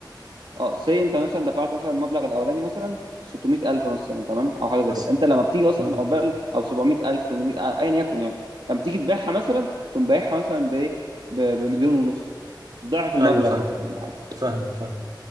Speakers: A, on the right (about 85°); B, on the right (about 60°).
A: اه سي انت مثلا دفعت مثلا المبلغ الاولاني مثلا 600000 مثلا تمام او حاجه زي
B: بس
A: كده انت لما بتيجي اصلا
B: آه.
A: عقبال او 700000 800 آه، ايا يكن يعني لما تيجي تبيعها مثلا تقوم بايعها مثلا بايه ب- بمليون ونص ضعف المبلغ
B: ايوه فاهم
A: مثلا ولا حاجه
B: فاهم فاهم